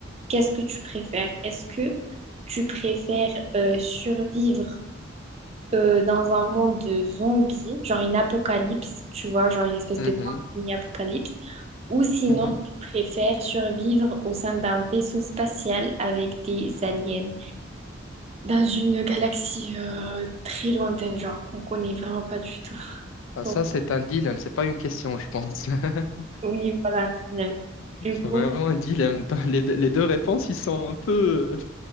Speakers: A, on the right (about 30°); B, on the left (about 80°).
A: qu'est-ce que tu préfères. Est-ce que tu préfères euh, survivre euh, dans un monde de zombies, genre une apocalypse, tu vois, genre une espèce
B: Mhm,
A: de pandémie apocalypse, ou sinon
B: mhm.
A: tu préfères survivre au sein d'un vaisseau spatial avec des aliens dans une galaxie euh, très lointaine, genre qu'on connaît vraiment pas du tout. <laughs>
B: Ah,
A: Donc
B: ça, c'est un dilemme, c'est pas une question, je pense. <laughs>
A: oui, voilà, dynamique. du
B: C'est
A: coup,
B: vraiment un dilemme. Les deux, les deux réponses, ils sont un peu,